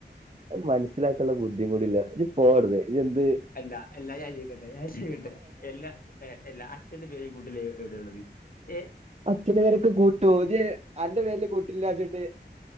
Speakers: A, on the right (about 35°); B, on the left (about 50°).
A: മനസ്സിലാക്കുള്ള ബുദ്ധി കൂടില്ല ഇജ്ജ് പോഅവ്ട്ന്ന്
B: അല്ല എല്ലാ ഞാൻ ചോയ്ക്കട്ടെ ഞാൻ ചോയ്ക്കട്ടെ എല്ലാ ഏഹ് അല്ല അച്ഛന്റെ പേര് കൂട്ടില് എവിടെയള്ളത് ഏഹ്
A: അച്ഛന്റെ പേരൊക്കെ കൂട്ടോ അന്റെ പേരില് കൂട്ടില്ലച്ചിട്ട്